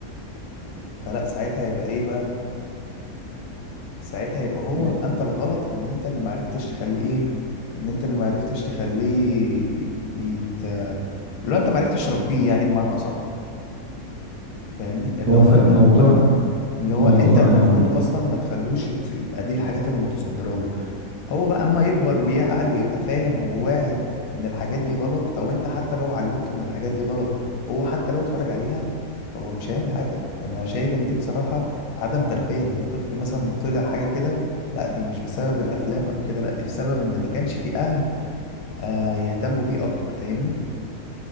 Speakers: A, on the left; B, on the right.
A: فلا ساعتها هيبقى ايه بقى ساعتها يبقى هو
B: آه،
A: يبقى انت الغلط ان انت اللي معرفتش تخليه ايه ان انت اللي معرفتش تخليه يت... اللي هو انت معرفتش تربيه يعني بمعنى اصح فاهمني اللي
B: هو
A: هو
B: ف-
A: انت
B: موضوع
A: ما... اللي هو
B: موضوع
A: انت المفروض
B: أنا م-
A: اصلا ما تخلوش يت... يبقى دي الحاجات اللي متصدره له هو بقى اما يكبر ويعقل ويبقى فاهم وواعي ان الحاجات دي غلط او انت حتى لو علمته ان الحاجات دي غلط وهو حتى لو اتفرج عليها فهو مش هيعمل حاجة انا شايف ان دي بصراحة عدم تربية ان الطفل مثلا طلع حاجة كده لا دي مش بسبب الافلام او كده لا دي بسبب ان ما كانش فيه اهل آه يهتموا بيه اكتر فاهمني